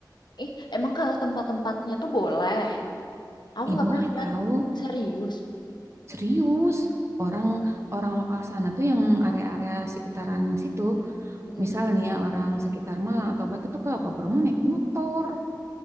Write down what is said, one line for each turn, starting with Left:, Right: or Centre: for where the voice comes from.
Left: Ih, emang kalau tempat-tempatnya tuh boleh. Aku
Right: Ih,
Left: nggak
Right: boleh
Left: pernah ngeliat
Right: tahu.
Left: serius.
Right: Serius. Orang orang lokal sana tuh yang area-area sekitaran situ,
Left: Mm-mm.
Right: misal nih ya orang sekitar Malang atau Batu tuh kalau ke Bromo naik motor.